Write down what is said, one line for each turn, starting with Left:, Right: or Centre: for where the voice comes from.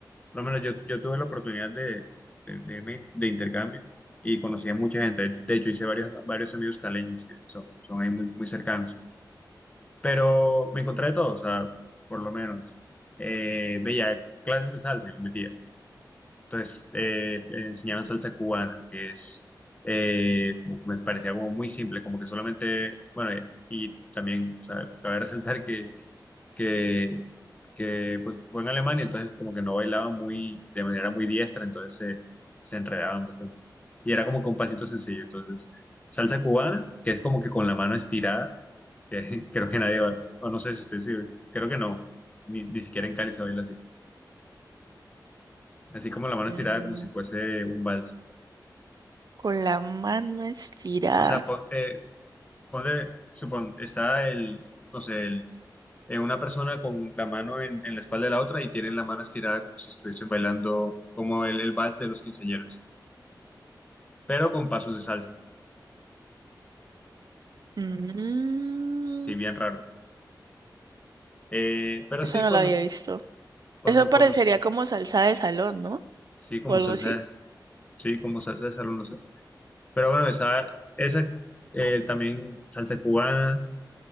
Left: Por lo menos yo, yo tuve la oportunidad de, de, de irme de intercambio y conocí a mucha gente. De hecho, hice varios, varios amigos caleños que son, son ahí muy, muy cercanos. Pero me encontré de todo, o sea, por lo menos. Eh, veía clases de salsa y me metía. Entonces, eh, enseñaban salsa cubana, que es, eh, como que me parecía como muy simple, como que solamente, bueno, y, y también, o sea, cabe resaltar que que, que pues fue en Alemania, entonces como que no bailaban muy, de manera muy diestra, entonces se, se enredaban bastante. Y era como que un pasito sencillo, entonces salsa cubana, que es como que con la mano estirada, que <laughs> creo que nadie va, o no sé si ustedes sí, creo que no, ni, ni siquiera en Cali se baila así, así como la mano
Right: Mm,
Left: estirada como si fuese un vals.
Right: Con la mano estirada.
Left: O sea, pon- eh, ponle, supon, está el, no sé, eh, una persona con la mano en, en la espalda de la otra y tienen la mano estirada como si estuviesen bailando como el, el vals de los quinceañeros, pero con pasos de salsa,
Right: Mm,
Left: sí, bien raro. Eh, pero
Right: Eso
Left: sí,
Right: no
Left: cuando,
Right: lo había visto.
Left: cuando
Right: Eso parecería
Left: conocí,
Right: como salsa de salón, ¿no?
Left: sí, como
Right: O algo
Left: salsa,
Right: así.
Left: sí, como salsa de salón, no sé. Pero bueno, esa, esa eh, también salsa cubana.